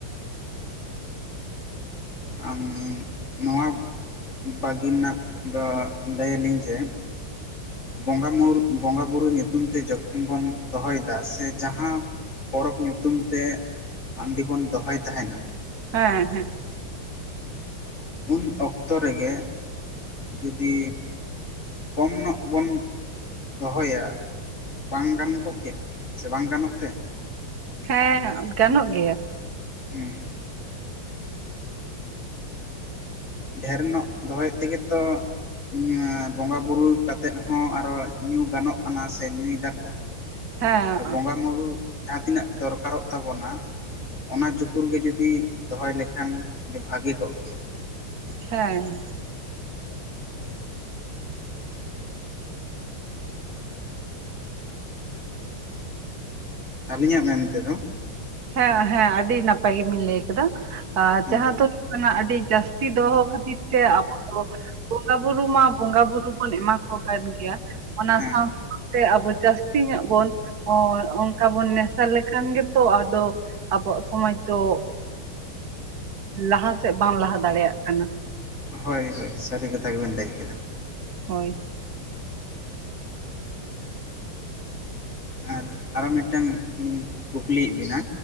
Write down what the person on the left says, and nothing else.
ᱟᱢ ᱱᱚᱣᱟᱢ ᱵᱟᱹᱜᱤ ᱨᱮᱱᱟᱜ ᱫᱚ ᱞᱟᱹᱭ ᱭᱟᱞᱤᱧ ᱡᱮ? ᱵᱚᱸᱜᱟ ᱢᱩᱨᱩ ᱵᱚᱸᱜᱟ ᱵᱩᱨᱩ ᱧᱩᱛᱩᱢ ᱛᱮ ᱡᱚᱠᱷᱚᱱ ᱵᱚᱱ ᱫᱚᱦᱚᱭᱫᱟ ᱥᱮ ᱡᱟᱦᱟᱸ ᱯᱚᱨᱚᱵᱽ ᱧᱩᱛᱩᱢ ᱛᱮ ᱦᱟᱺᱰᱤ ᱵᱚᱱ ᱫᱚᱦᱚᱭ ᱛᱟᱦᱮᱸᱱᱟ᱾
ᱩᱱ ᱚᱠᱛᱚ ᱨᱮᱜᱮ ᱡᱩᱫᱤ ᱠᱚᱢ ᱱᱚᱜ ᱵᱚᱱ, ᱫᱚᱦᱚᱭᱟ ᱵᱟᱝ ᱜᱟᱱ ᱠᱚᱜ ᱠᱮᱭᱟ ᱥᱮ ᱵᱟᱝ ᱜᱟᱱᱚᱜ ᱛᱮ᱾
ᱦᱩᱸ᱾ ᱰᱷᱮᱨ ᱱᱚᱜ ᱫᱚᱦᱚᱭ ᱛᱮᱜᱮ ᱛᱚ᱾ ᱤᱭᱟᱸ ᱵᱚᱸᱜᱟ ᱵᱩᱨᱩ ᱠᱟᱛᱮᱫ ᱦᱚᱸ ᱟᱨᱚ ᱧᱩᱸ ᱜᱟᱱᱚᱜ ᱠᱟᱱᱟ ᱥᱮ ᱧᱩᱭ ᱫᱟᱠᱚ᱾
ᱵᱚᱸᱜᱟ ᱢᱩᱨᱩ ᱡᱟᱦᱟᱸ ᱛᱤᱱᱟᱹᱜ ᱫᱚᱨᱠᱟᱨᱚᱜ ᱛᱟᱵᱚᱱᱟ᱾ ᱚᱱᱟ ᱡᱩᱠᱩᱞ ᱜᱮ ᱡᱩᱫᱤ ᱫᱚᱦᱚᱭ ᱞᱮᱠᱷᱟᱱ ᱟᱹᱰᱤ ᱵᱷᱟᱜᱮ ᱠᱚᱜ ᱠᱮᱭᱟ᱾
ᱟᱹᱞᱤᱧᱟᱜ ᱢᱮᱱ ᱛᱮᱫᱚ᱾
ᱦᱮᱸ
ᱦᱮᱸ
ᱦᱳᱭ ᱦᱳᱭ ᱥᱟᱹᱨᱤ ᱠᱟᱛᱷᱟ ᱜᱮᱵᱮᱱ ᱞᱟᱹᱭ ᱠᱮᱫᱟ᱾
ᱟᱨ ᱟᱨᱚ ᱢᱤᱫᱴᱟᱝ ᱞᱤᱧ ᱠᱩᱠᱞᱤᱭᱮᱫ ᱵᱮᱱᱟ᱾